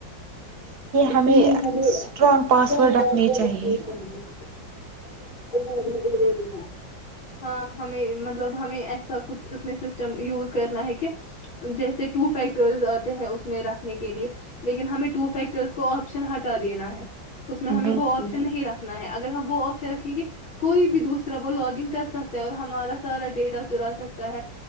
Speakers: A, on the left (about 85°); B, on the right (about 55°).
A: اس
B: ہمیں
A: لیے
B: اسٹرانگ
A: ہمیں
B: پاسورڈ
A: <unintelligible>
B: رکھنے چاہیے
A: اور رہنا ضروری ہے ہاں ہمیں مطلب ہمیں ایسا کچھ اس میں سسٹم یوز کرنا ہے کہ جیسے ٹو فیکٹرز آتے ہیں اس میں رکھنے کے لیے لیکن ہمیں ٹو فیک ٹرز کو آپشن ہٹا دینا ہے اس میں ہمیں
B: بال
A: وہ آپشن نہیں رکھنا ہے اگر ہم وہ آپشن رکھیں گے کوئی بھی دوسرا پر لاگن کر سکتا ہے اور ہمارا سارا ڈیٹا چرا سکتا ہے